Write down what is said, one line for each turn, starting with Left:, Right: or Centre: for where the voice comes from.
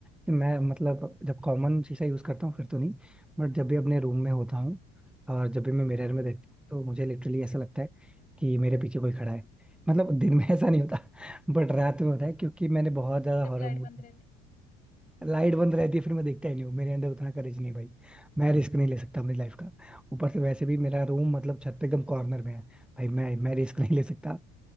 Centre: कि मैं मतलब जब कॉमन शीशा यूज करता हूँ फिर तो नहीं बट जब भी अपने रूम में होता हूँ और जब भी मैं मिरर
Left: हम्म,
Centre: में देखता हूँ तो मुझे लिटरली ऐसा लगता है कि मेरे पीछे कोई खड़ा है मतलब दिन में ऐसा नहीं होता <laughs> बट रात में होता है क्योंकि मैंने बहुत ज्यादा
Left: जब
Centre: हॉरर
Left: लाइट
Centre: मूवी
Left: बंद रहती है
Centre: लाइट बंद रहती है फिर मैं देखता ही नहीं हूँ मेरे अंदर उतना करेज नहीं है भाई मैं रिस्क नहीं ले सकता अपनी लाइफ का ऊपर से वैसे भी मेरा रूम मतलब छत पे एकदम कॉर्नर में है भाई मैं मैं रिस्क नहीं ले सकता